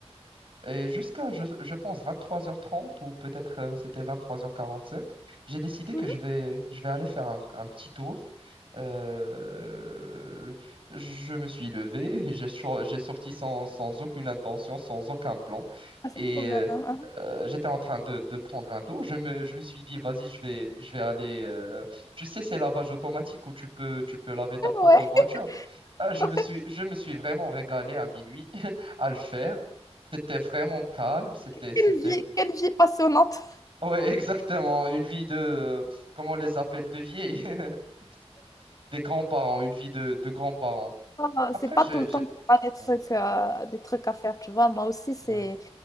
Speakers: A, on the right; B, on the left.
A: Et jusqu'à, je, je pense, 23h30 ou peut-être euh, c'était 23h45, j'ai décidé que
B: Mhm.
A: je vais, je vais aller faire un, un petit tour. Euh, je me suis levé, <laughs> j'ai sor- j'ai sorti sans, sans aucune intention, sans aucun plan.
B: Ah, c'est
A: Et
B: trop
A: euh,
B: bien. Ah,
A: euh, j'étais en train de, de prendre un tour. Je me, je me suis dit, vas-y, je vais, je vais aller. euh, Tu sais, ces lavages automatiques où tu peux, tu peux laver ta propre
B: Ouais.
A: voiture. Ah, je
B: <laughs>
A: me suis, je me suis vraiment régalé à minuit <laughs> à le faire. C'était vraiment calme, c'était, c'était,
B: Quelle vie, quelle vie passionnante.
A: ouais, <laughs> exactement, une vie de, euh, comment on les appelle, de vieilles <laughs> des grands-parents, une vie de, de grands-parents.
B: pas,
A: Après,
B: c'est pas
A: j'ai,
B: tout le
A: j'ai,
B: temps que t'as des trucs,
A: ouais,
B: euh, des trucs à faire, tu vois. Moi aussi, c'est
A: ouais,